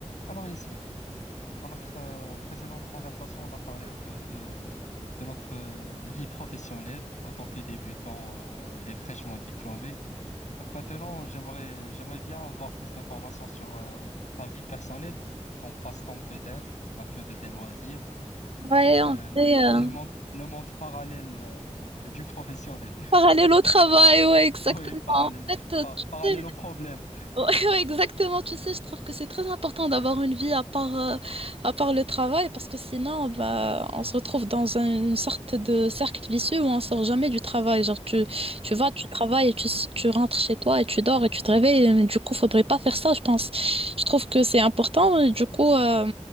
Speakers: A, on the left; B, on the right.
A: Alors Yasmine, dans notre euh, précédente conversation, on a parlé un peu de, de notre euh, vie professionnelle en tant que débutant euh, et fraîchement diplômé. Donc maintenant, j'aimerais j'aimerais bien avoir plus d'informations sur euh, ta vie personnelle, ton passe-temps peut-être, un peu de tes loisirs.
B: Ouais,
A: Donc
B: on
A: euh, le,
B: fait euh,
A: le monde le monde parallèle euh, du professionnel. <laughs>
B: parallèle au travail, ouais, exactement.
A: Oui, parallèle
B: En fait, euh,
A: par-
B: tu
A: parallèle
B: sais,
A: au problème.
B: <laughs> ouais, ouais, exactement, tu sais, je trouve que c'est très important d'avoir une vie à part, euh, à part le travail, parce que sinon, bah, on se retrouve dans un- une sorte de cercle vicieux où on sort jamais du travail. Genre, tu, tu
A: Bien
B: vas,
A: sûr.
B: tu travailles, et tu, s- tu rentres chez toi et tu dors et tu te réveilles. Et Du coup, faudrait pas faire ça, je pense. Je trouve que c'est important. et Du coup, euh,